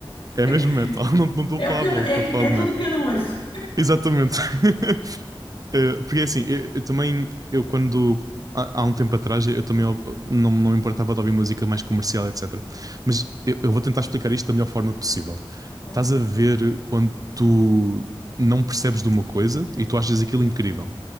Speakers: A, on the right; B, on the left.
A: É mesmo
B: <laughs>
A: metal. <laughs> Não não estou a falar
B: É o que eu,
A: de
B: n-
A: rock,
B: é,
A: estou
B: que-
A: a falar
B: é
A: de
B: tudo
A: metal.
B: que eu não ouço.
A: Exatamente. <laughs> Eh, Porque é assim, eu, eu também, eu quando. Há há um tempo atrás eu também ou- não, não me importava de ouvir música mais comercial, etc. Mas eu, eu vou tentar explicar isto da melhor forma possível.
B: Ok.
A: Estás a ver quando tu não percebes de uma coisa e tu achas aquilo incrível